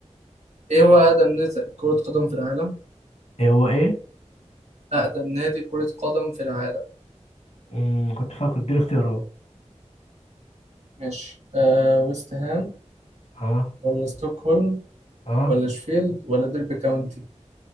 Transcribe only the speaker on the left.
ايه هو ايه
مم. كنت فاكر اديني اختيارات
اه
اه,